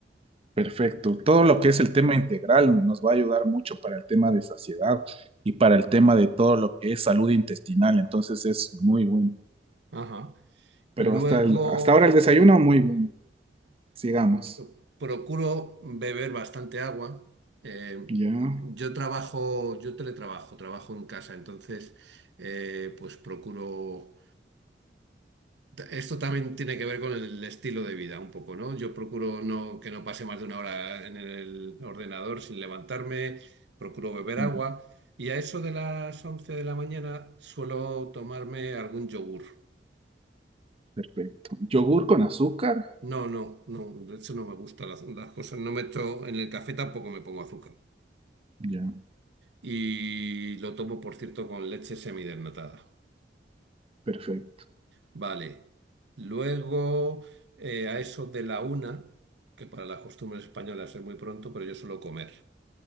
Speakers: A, on the right; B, on the right.
A: Perfecto. Todo lo que es el tema integral nos va a ayudar mucho para el tema de saciedad y para el tema de todo lo que es salud intestinal. Entonces es muy bueno.
B: Ajá.
A: Pero
B: Luego
A: hasta, el- hasta ahora el desayuno, muy bien. Sigamos.
B: Yo Procuro beber bastante agua. Eh,
A: Ya.
B: yo trabajo, yo teletrabajo, trabajo en casa, entonces, eh, pues procuro. Esto también tiene que ver con el estilo de vida, un poco, ¿no? Yo procuro no, que no pase más de una hora en el ordenador sin levantarme, procuro beber agua
A: Mm,
B: y a eso de las 11 de la mañana suelo tomarme algún yogur.
A: Perfecto. Yogur con azúcar.
B: No, no, no, de hecho no me gustan las, las cosas, no meto en el café tampoco me pongo azúcar.
A: Ya.
B: y lo tomo, por cierto, con leche semidesnatada.
A: Perfecto.
B: Vale. Luego, eh, a eso de la una, que para las costumbres españolas es muy pronto, pero yo suelo comer.